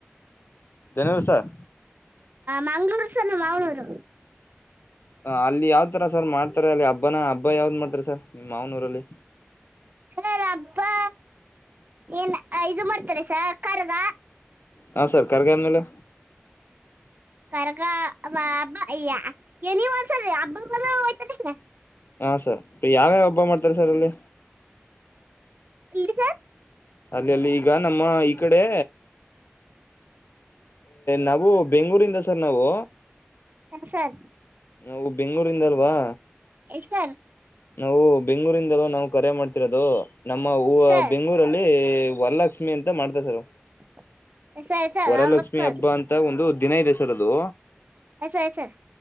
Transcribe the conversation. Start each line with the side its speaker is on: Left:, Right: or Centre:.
Left: ಧನ್ವರಿ ಸರ್.
Right: ಮಂಗ್ಳೂರು ಸರ್ ನಮ್ ಮಾವನೂರು.
Left: ಹ ಅಲ್ಲಿ ಯಾವ್ ತರ ಸರ್ ಮಾಡ್ತಾರೆ ಅಲ್ಲಿ ಹಬ್ಬನ ಹಬ್ ಯಾವ್ದ್ ಮಾಡ್ತಾರೆ ಸರ್ ಹ್ಮ್ ಮಾವನೂರಲ್ಲಿ.
Right: ದೇವ್ರ್ ಹಬ್ಬಾ ಏನ್ ಇದು ಮಾಡ್ತಾರೆ ಸರ್ ಕರಗ.
Left: ಹಾ ಸರ್ ಕರ್ಗ ಆದ್ಮೇಲೆ
Right: ಕರ್ಗ ಅಬ್ಬ ಅ ಎನಿ <unintelligible> ಹಬ್ಬ ಬರೋ <unintelligible>
Left: ಹಾ ಸರ್ ಅ ಯಾವ್ಯಾವ ಹಬ್ಬ ಮಾಡ್ತೀರ ಸರ್ ಇಲ್ಲಿ.
Right: ಇಲ್ಲಿಗ
Left: ಅಲ್ಲಲ್ಲಿ ಈಗ ನಮ್ಮ ಈ ಕಡೆ ನಾವು ಬೆಂಗಳೂರಿಂದ ಸರ್ ನಾವು
Right: ಎನು ಸರ್.
Left: ನಾವು ಬೆಂಗಳೂರಿಂದಲ್ವಾ.
Right: ಎಸ್ ಸರ್
Left: ನಾವು ಬೆಂಗಳೂರಿಂದಲೂ ನಾವು ಕರೆ ಮಾಡ್ತಿರೋದು. ನಮ್ಮ ಊ
Right: ಸರ್
Left: ಅ ಬೆಂಗಳೂರಲ್ಲಿ ವರಲಕ್ಷ್ಮಿ ಅಂತ ಮಾಡ್ತರ್ ಸರ್.
Right: <inaudible> ಸರ್
Left: ವರಲಕ್ಷ್ಮಿ
Right: ಅವ್ನು ಸರ್
Left: ಹಬ್ಬ ಅಂತ ಒಂದು ದಿನ ಇದೆ ಸರ್ ಅದು.
Right: ಆ ಸರ್ ಐತ್ ಸರ್